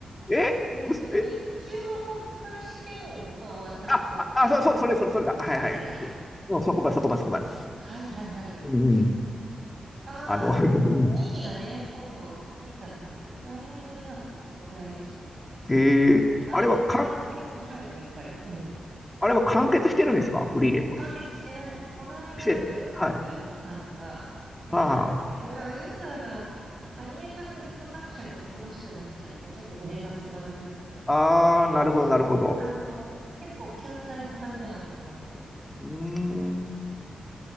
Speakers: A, on the left; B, on the right.
A: え、
B: えっと、
A: うす、え、
B: 一級魔法使い試験が終わったところまで
A: あ、あ、あ、そう、そう、それ、それ、それだ。
B: そこまでか。
A: はいはい。うん、そこまで、そこまで、そこまで。
B: はいはいはいはいはい。
A: うん、うん。
B: ああ、
A: あの、<laughs> うん
B: 2期がね、今度、いつだったっけ来年の2月とかそのぐらいでしたっけ
A: えー、
B: 作られるかあそこから先も面白いのがいっぱい。
A: あれは韓
B: うん。
A: あれは完結してるんですかフリーレンは。
B: 完結してないです。この間、
A: して、
B: 14巻が出たんですけど、
A: はい。あ
B: あ、よくあるあの、アニメ化すると作者が忙しくなっちゃって、ちょっと筆が進まなくなっちゃう感じで。
A: あ、ああ、なるほど、なるほど。
B: あの、結構救済挟みながらな感じです。
A: うーん、